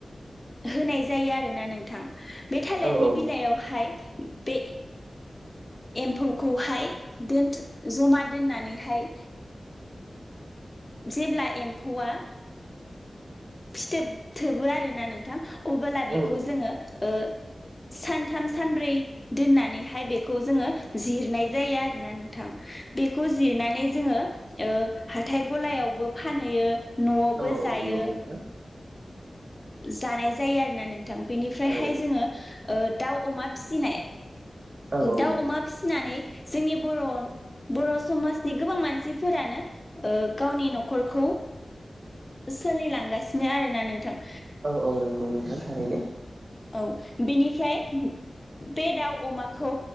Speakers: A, on the left; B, on the right.
A: होनाय जायो आरो ना नोंथां बे थालिरनि
B: औ औ
A: बिलाइयावहाय बे एम्फौखौहाय दोनथु जमा दोननानैहाय जेब्ला एम्फौआ फिथोब थोबो आरो ना नोंथां अबोला बेखौ
B: औ
A: जोङो ओ सानथाम सानब्रै दोननानैहाय बेखौ जोङो जिरनाय जायो आरो ना नोंथां बेखौ जिरनानै जोङो ओ हाथाय गलायावबो फानहैयो नआवबो
B: औ औ
A: जायो
B: नंगौ नोंथां
A: जानाय जायो आरो नानै बेनिफ्रायहाय
B: औ
A: जोङो दाउ अमा फिसिनाय
B: औ औ
A: दाउ
B: नंगौ
A: अमा फिसिनानै जोंनि बर' बर' समाजनि गोबां मानसिफोरानो ओ गावनि नखरखौ सोलिलांगासिनो आरो ना नोंथां
B: औ औ नंगौ नोंथां थारैनो
A: औ बिनिफ्राय बे दाउ अमाखौ